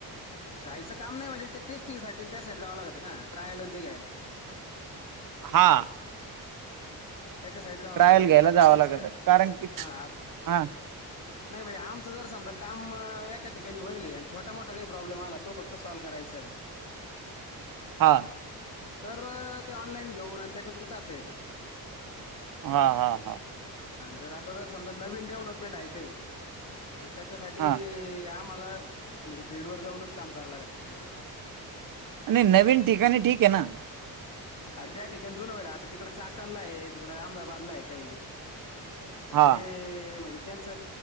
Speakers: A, on the left; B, on the right.
A: जायचं काम नाही म्हणजे ते टेस्टिंगसाठी त्या साठी जावं लागतं ना ट्रायलं ते घ्यायला.
B: हा
A: त्याच्या साईड जावंच
B: ट्रायल
A: लागत
B: घ्यायला
A: आता
B: जावं
A: आमचं
B: लागत
A: काय
B: आहे. कारण की
A: हा आ
B: हा
A: नाही म्हणजे आमच जर समजा काम म.. एखाद ठिकाणी होईल हे अन् छोटा मोठा काही प्रॉब्लेम आला तो फक्त सॉल्व करायचा आहे.
B: हा.
A: तरं ते ऑनलाइन घेऊन अन् त्याच्यातून काढता येता.
B: हा हा हा.
A: जर आता जर समजा नवीन डेव्हलपमेंट आहे काही मग त्याच्यासाठी
B: हा
A: आप मला म्हणजे फिल्ड वर जाऊनच काम करा लागतं हे पुढचं
B: आणि नवीन ठिकाणी ठीक हे ना
A: अ ज्याठिकाणी जुनं व्हयलंय आता तिकडं चाकणला हे तिकडं अहमदाबादला हे काही तर
B: हा
A: ते म्हणजे त्यांच